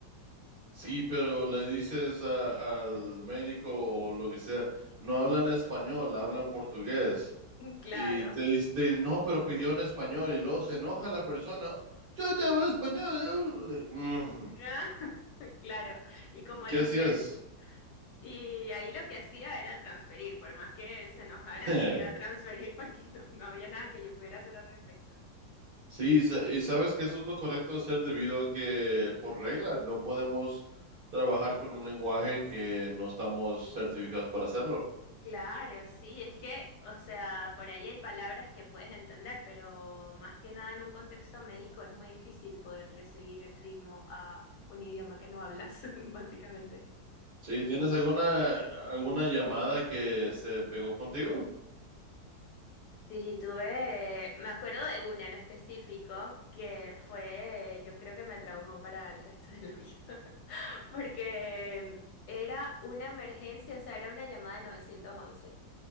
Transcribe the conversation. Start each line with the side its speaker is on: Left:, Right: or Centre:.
Right: Sí, pero le dices a- al médico o lo que sea, no hablan español, hablan portugués.
Left: Mm, Claro.
Right: Y te dice, no, pero pidió en español y luego se enoja la persona. Yo te hablo español. yo hablo-". Mm,
Left: Ah, <laughs> Claro. Y como
Right: ¿qué
Left: los
Right: hacías?
Left: me... Y ahí lo que hacía era transferir, por más que se enojaran,
Right: <laughs>
Left: era transferir porque <laughs> no, no había nada que yo pudiera hacer al respecto.
Right: Sí, y sa- y sabes que eso es lo correcto de hacer debido a que por regla no podemos trabajar con un lenguaje que no estamos certificados para hacerlo.
Left: Claro, sí, es que, o sea, por ahí hay palabras que puedes entender, pero más que nada en un contexto médico es muy difícil poderle seguir el ritmo a un idioma que no hablas, <laughs> básicamente.
Right: Sí, ¿tienes alguna alguna llamada que se pegó contigo?
Left: Sí, tuve, me acuerdo de una en específico que fue, yo creo que me traumó para el resto de la vida, <laughs> porque era una emergencia, o sea, era una llamada de 911.